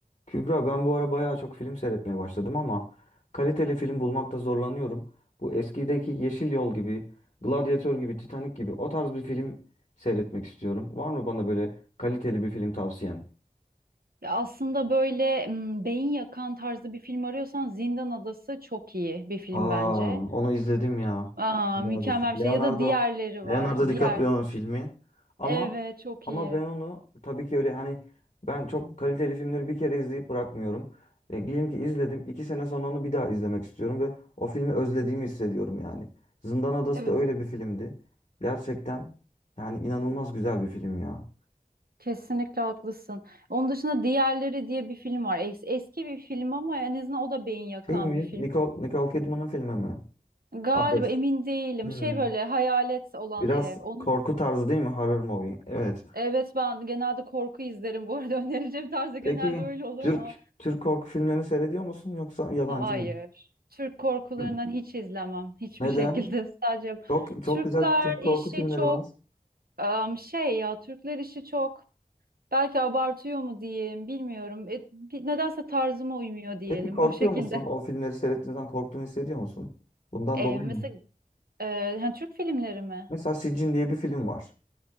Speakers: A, on the left; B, on the right.
A: Kübra ben bu ara bayağı çok film seyretmeye başladım ama kaliteli film bulmakta zorlanıyorum. Bu eskideki Yeşil Yol gibi, Gladiator gibi, Titanic gibi o tarz bir film seyretmek istiyorum. Var mı bana böyle kaliteli bir film tavsiyen?
B: Ya aslında böyle m, beyin yakan tarzı bir film arıyorsan Zindan Adası çok iyi bir film
A: Aa,
B: bence.
A: onu izledim ya.
B: Aa, mükemmel
A: Leonardo.
B: bir şey.
A: Leonardo.
B: Ya da diğerleri
A: Leonardo
B: var.
A: DiCaprio'nun
B: Diğer.
A: filmi. Ama
B: Evet çok
A: ama
B: iyi.
A: ben onu tabii ki öyle hani ben çok kaliteli filmleri bir kere izleyip bırakmıyorum. E, diyelim ki izledim. iki sene sonra onu bir daha izlemek istiyorum ve o filmi özlediğimi hissediyorum yani. Zindan Adası
B: Evet,
A: da öyle bir filmdi. Gerçekten yani inanılmaz güzel bir film ya.
B: kesinlikle haklısın. Onun dışında Diğerleri diye bir film var. Es- eski bir film ama en azından o da beyin yakan
A: Şey mi?
B: bir film.
A: Nicole, Nicole Kidman'ın filmi mi?
B: Galiba
A: Others.
B: emin değilim.
A: Hmm.
B: Şey böyle hayalet olan
A: Biraz
B: ev. Onun
A: korku tarzı değil mi? Horror movie. Evet.
B: Evet ben genelde korku izlerim bu arada <laughs> önereceğim tarzı genelde
A: Peki
B: öyle olur
A: Türk
B: ama.
A: Türk korku filmlerini seyrediyor musun yoksa yabancı
B: Hayır.
A: mı?
B: Türk korkularından
A: Hı.
B: hiç izlemem. Hiçbir
A: Neden?
B: şekilde <laughs> sadece
A: Çok
B: Türkler
A: çok güzel Türk
B: işi
A: korku filmleri
B: çok
A: var.
B: em, şey ya Türkler işi çok belki abartıyor mu diyeyim bilmiyorum. E, bir- nedense tarzıma uymuyor diyelim
A: Peki korkuyor
B: <laughs> o şekilde.
A: musun? O filmleri seyrettiğin zaman korktuğunu hissediyor musun? Bundan
B: E,
A: dolayı
B: mesela
A: mı?
B: e, hani Türk filmleri mi?
A: Mesela Sicin diye bir film var.